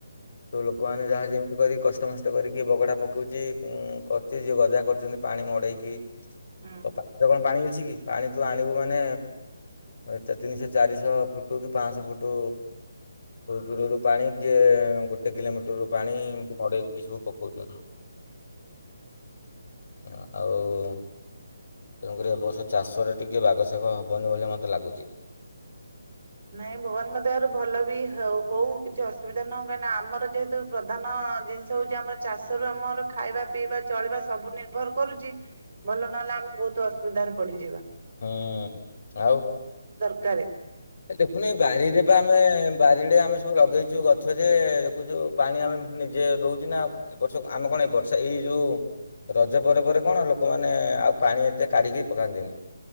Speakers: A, on the left; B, on the right.
A: ସବୁ ଲୋକମାନେ ଯାହା ଯେମିତି କରି, କଷ୍ଟ, ମଷ୍ଟ କରିକି ବଗଡ଼ା ପକଉଛି ।କରୁଛି ଯିଏ ଗଜା କରୁଛନ୍ତି ପାଣି ମଡ଼େଇକି।
B: ହୁଁ
A: ତଥାପି ଦେବଃ। ପାଣି ଅଛି କି? ପାଣି ତୁ ଆଣିବୁ ମାନେ, ଏତେ ତିନିଶ ଚାରିଶହ ଫୁଟୁ, କି ପାଞ୍ଚଶହ ଫୁଟୁ, ଦୂରରୁ ପାଣି କିଏ ଗୋଟେ କିଲୋମିଟରରୁ ପାଣି, ଏମିତି ମଡ଼େଇକି ସବୁ ପକଉଛନ୍ତି। ଆ, ଆଉ- ତେଣୁ, କରି ଏବର୍ଷ ଚାଷରେ ଟିକେ ବାଗ, ଶାଗ ହବନି ବୋଲି ମତେ ଲାଗୁଛି?
B: ନାଇଁ ଭଗବାନଙ୍କ ଦୟାରୁ ଭଲ ବି ହ, ହଉ ।କିଛି ଅସୁବିଧା ନଁ ହେଉ, କାହିଁକି ନା ଆମର ଯେହେତୁ ପ୍ରଧାନ ଜିନିଷ ହଉଛି, ଆମର ଚାଷରୁ ଆମର ଖାଇବା, ପିଇବା, ଚଳିବା ସବୁ ନିର୍ଭର କରୁଛି ।ଭଲ ନହେଲେ ଆମେ ବହୁତ ଅସୁବିଧାରେ ପଡିଯିବା।
A: ହୁଁ, ଆଉ।
B: କରେ।
A: ଦେଖୁନ ଏଇ ବାରିରେ ବା ଆମେ ବାରି ରେ, ଆମେ ସବୁ ଲଗେଇଛୁ ଗଛ ଯେ, ଦେଖୁଛୁ ପାଣି ଆମେ ନିଜେ ଦଉଛୁ ନା, ଏ ବର୍ଷ ଆମେ କଣ, ଏ ବର୍ଷା ଏଇ ଯୋଉ ରଜ ପରେ, ପରେ କଣ ଲୋକମାନେ ଆଉ ପାଣି ଏତେ କାଢ଼ିକି ପକାନ୍ତିନି